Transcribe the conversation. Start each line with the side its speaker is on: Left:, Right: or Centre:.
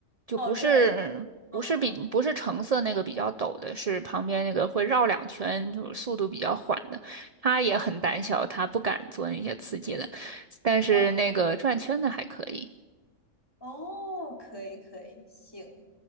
Right: 就不是不是比不是橙色那个比较陡的，
Left: 哦，转来转，嗯嗯
Right: 是旁边那个会绕两圈，就是速度比较缓的。他也很胆小，
Left: 嗯
Right: 他不敢做那些刺激的，但是那个转圈的还可以。
Left: 嗯，哦，可以可以，行。